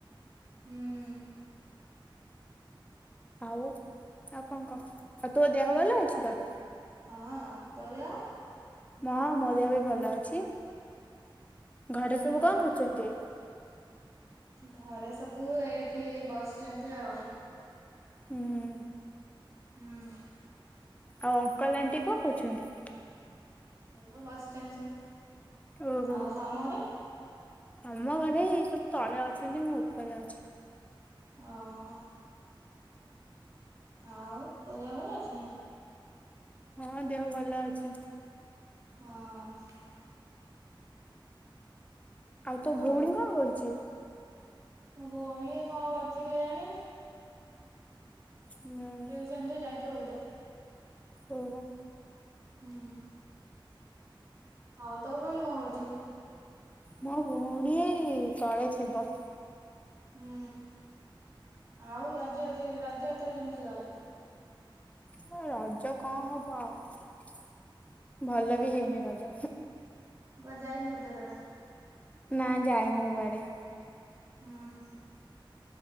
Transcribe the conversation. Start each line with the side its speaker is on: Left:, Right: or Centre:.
Right: ହୁଁ।
Left: ଆଉ ଆଉ କଣ କହ। ଆଉ ତୋ ଦେହ ଭଲ ଅଛି ତ?
Right: ହଁ ତୋ ଦେହ?
Left: ହଁ ମୋ ଦେହ ବି ଭଲ ଅଛି ଘରେ
Right: ହୁଁ
Left: ସବୁ କଣ କରୁଛନ୍ତି?
Right: ଘରେ ସବୁ ଏଇଠି ବସିଛନ୍ତି ଆଉ।
Left: ହୁଁ।
Right: ହୁଁ।
Left: ଆଉ ଅଙ୍କଲ ଆଣ୍ଟି କଣ କରୁଛନ୍ତି?
Right: ହେଇପା ବସିଛନ୍ତି ସବୁ।
Left: ଓହୋ
Right: ଆଉ ତମ ଘରେ?
Left: ଆମ ଘରେ ଏଇ ସବୁ ତଳେ ଅଛନ୍ତି ମୁଁ ଉପରେ ଅଛି।
Right: ଅ ହୋ। ଆଉ ତୋ ଦେହ ଭଲ ଅଛି ନା?
Left: ହଁ ଦେହ ଭଲ ଅଛି।
Right: ହଁ ଅଁ।
Left: ତୋ
Right: ଆଉ।
Left: ଭଉଣୀ କଣ କରୁଛି?
Right: ମୋ ଭଉଣୀ ଏ କଣ କରୁଛି କେଜାଣି
Left: ହୁଁ।
Right: ଜଣେତ ଯାଇଥବ ବଧେ।
Left: ଓହୋ।
Right: ହୁଁ। ଆଉ ତୋ ଭଉଣୀ କଣ କରୁଚି?
Left: ମୋ ଭଉଣୀ ଏଇ ତଳେ ଥିବ।
Right: ହୁଁ ଆଉ ରଜ ଆଜି ରଜଏଥର କେମିତି ଗଲା?
Left: ହ ରଜ କଣ ହବ ଆଉ
Right: ହୁଁ।
Left: ଭଲ ବି ହେଇନି ରଜ।
Right: କୁଆଡେ ଯାଇନୁ ବୋଧେ ଏଥର।
Left: ନା ଯାଇନି କୁଆଡେ।
Right: ହୁଁ ହୁଁ।